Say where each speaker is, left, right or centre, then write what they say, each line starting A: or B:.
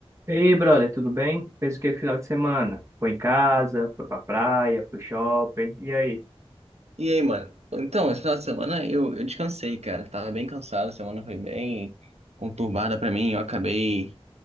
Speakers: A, on the right; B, on the right.
A: E aí, brother, tudo bem? Fez o que no final de semana? Foi em casa, foi pra praia, pro shopping, e aí?
B: E aí, mano? Então, esse final de semana eu, eu descansei, cara. Tava bem cansado, a semana foi bem conturbada pra mim. Eu acabei